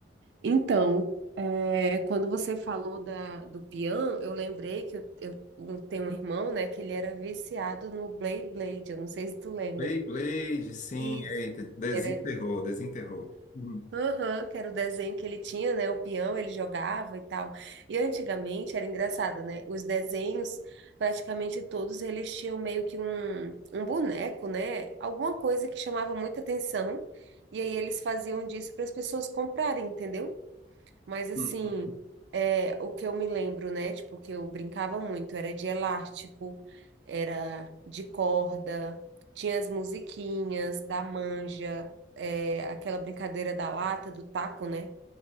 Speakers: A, on the right; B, on the left.
A: Então, é, quando você falou da, do peão, eu lembrei que eu, eu- eu tenho um irmão, né, que ele era viciado no Blade Blade, eu não sei se tu lembra.
B: Beyblade, sim,
A: Isso.
B: eita, desenterrou,
A: Era,
B: desenterrou. Hum,
A: aham, que era o desenho que ele tinha, né, o peão, ele jogava e tal. E antigamente era engraçado, né, os desenhos, praticamente todos eles tinham meio que um, um boneco, né, alguma coisa que chamava muita atenção, e aí eles faziam disso para as pessoas comprarem, entendeu? Mas assim,
B: hum. hum.
A: é, o que eu me lembro, né? Tipo, que eu brincava muito, era de elástico, era de corda, tinha as musiquinhas da manja, é, aquela brincadeira da lata, do taco, né?